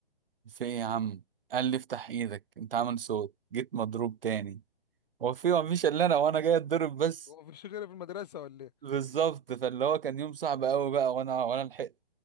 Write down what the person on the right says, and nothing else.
في ايه يا عم قال لي افتح ايدك انت عامل صوت جيت مضروب تاني هو في مفيش الا انا وانا جاي اتضرب بس
بالظبط فاللي هو كان يوم صعب قوي بقى وانا وانا لحقت